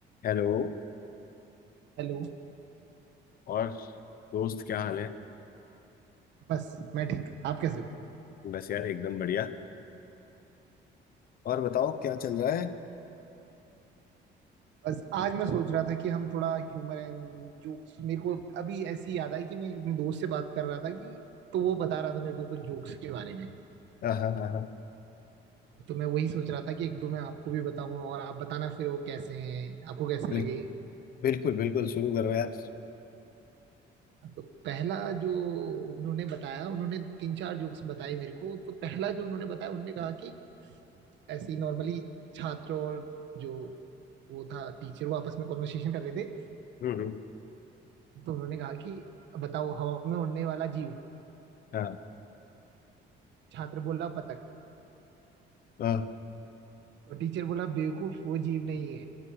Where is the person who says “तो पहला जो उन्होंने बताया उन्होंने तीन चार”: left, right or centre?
Right